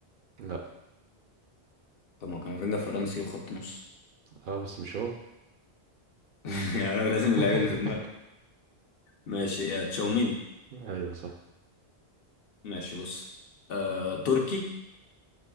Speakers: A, on the right; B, on the left.
A: لا
B: طب ما هو كامافينجا فرنسي وخط نص
A: اه بس مش هو
B: <laughs> يعني أنا لازم اللعيب
A: <laughs>
B: اللي في دماغي ماشي آه، تشاوميني
A: ايوه صح
B: ماشي بص آه، تركي